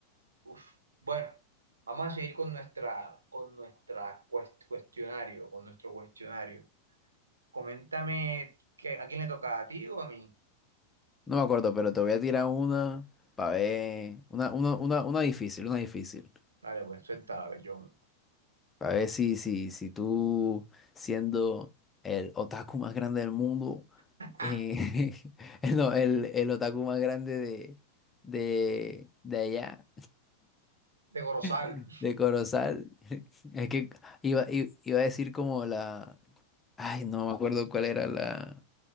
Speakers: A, on the right; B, on the left.
A: Uf. Bueno, vamos a seguir con nuestra, con nuestra cuest- cuestionario, con nuestro cuestionario. Coméntame, que, ¿a quién le toca? ¿A ti o a mí?
B: No me acuerdo, pero te voy a tirar una para ver, una, una, una, una difícil, una difícil.
A: Dale, pues, suéltala, bellón.
B: A ver si, si, si tú, siendo el otaku más grande del mundo,
A: <laughs>
B: eh, <laughs> el, no, el, el otaku más grande de, de, de allá,
A: De Corozal,
B: <laughs> de Corozal, <laughs> es que iba, i- iba a decir como la, ay, no me acuerdo cuál era la,